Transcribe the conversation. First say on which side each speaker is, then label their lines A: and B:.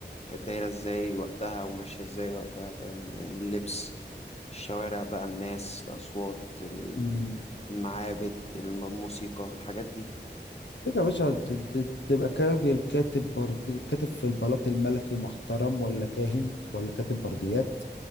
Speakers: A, on the left; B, on the left.
A: كانت دايرة ازاي وقتها وماشية ازاي وقتها فاهم يعني اللبس الشوارع بقى الناس الأصوات ال-
B: فاهم
A: المعابد الم- الموسيقى الحاجات دي
B: ليك يا باشا ت- ت- تبقى كراجل كاتب برد... كاتب في البلاط الملكي محترم ولا كاهن ولا كاتب برديات